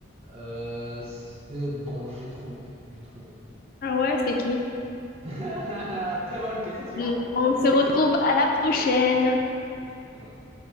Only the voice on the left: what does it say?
Ah ouais, c'est qui?
Hmm. On
se retrouve à la prochaine.